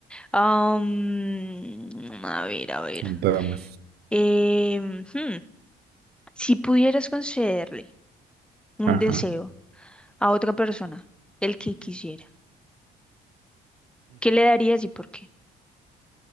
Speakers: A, in the centre; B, on the right.
A: Am, a ver, a ver.
B: un drama.
A: Em, hmm, Si pudieras concederle
B: Ajá.
A: un deseo a otra persona, el que quisiera, ¿qué le darías y por qué?